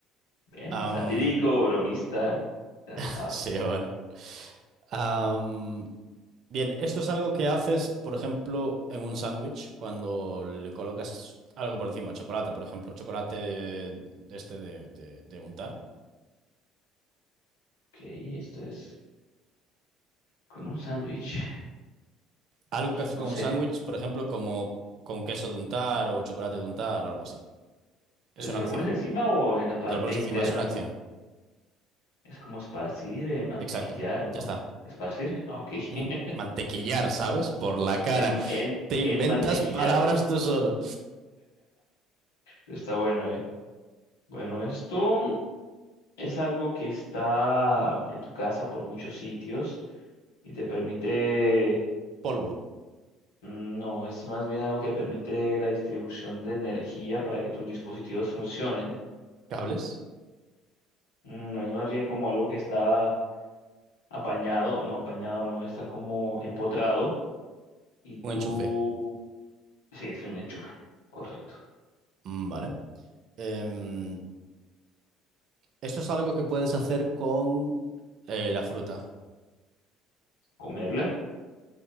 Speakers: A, on the left (about 85°); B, on the right (about 60°).
A: Bueno,
B: am,
A: satírico, bromista, ya
B: <laughs>
A: tú sabes.
B: sí, bueno. Am, bien, esto es algo que haces, por ejemplo, en un sándwich, cuando le colocas algo por encima, chocolate, por ejemplo, chocolate de, de este de, de- de untar.
A: Ok, esto es con un sándwich,
B: Algo que haces
A: no
B: con
A: sé.
B: un sándwich, por ejemplo, como con queso de untar o chocolate de untar o algo así. Es
A: ¿Pero
B: una
A: se lo
B: acción.
A: pones encima o en la parte
B: Te lo pones
A: interna?
B: encima, es una acción.
A: co- Es como esparcir, eh, mantequillar,
B: Exacto.
A: ¿no?
B: Ya está.
A: ¿Esparcir? Ah, Ok.
B: Ujú.
A: <laughs>
B: Mantequillar, ¿sabes? Por la cara.
A: En, en,
B: Te inventas
A: en mantequillar.
B: palabras tú solo.
A: Está bueno, ¿eh? Bueno, esto es algo que está en tu casa por muchos sitios y te permite...
B: Polvo,
A: mm, No, es más bien algo que permite la distribución de energía para que tus dispositivos funcionen.
B: cables,
A: Mm, No, es más bien como algo que está apañado, no, apañado no, está como empotrado y tú
B: un enchufe.
A: Sí, es un enchufe. Correcto.
B: Mm, Vale. Em, esto es algo que puedes hacer con eh, la fruta.
A: Comerla,